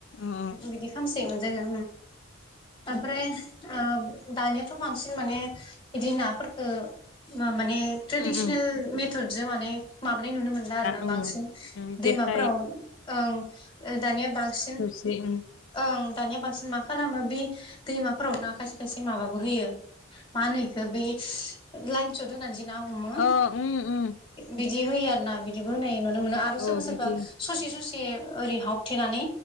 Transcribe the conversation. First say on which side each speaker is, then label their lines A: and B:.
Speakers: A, on the left (about 70°); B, on the left (about 25°).
A: अ अ
B: बिदि खालामसैयोमोन जोङो ओमफ्राय। ओ दानियाथ' बांसिन माने बिदि नाफोरफोरखौ मा माने
A: हमलिया
B: ट्रेडिसनेल मेथदजों माने माबानाय नुनो मोनला आर ना
A: ओं
B: बांसिन
A: ओं
B: दैमाफोराव
A: जेखाइ
B: ओं दानिया बांसिन
A: जे ओं
B: ओं दानिया बांसिन मा खालामो बे दैमाफोराव न खायसे खायसे माबाबो होयो मा होनो एखौ बे लाइन सट होनानै जि ना हमो
A: अ उम उम
B: बिदि होयो आरो ना बिदिबो होनाय नुनो मोनो आरो
A: औ
B: सोरबा सोरबा
A: बिदि
B: ससे ससे ओरै हावथेनानै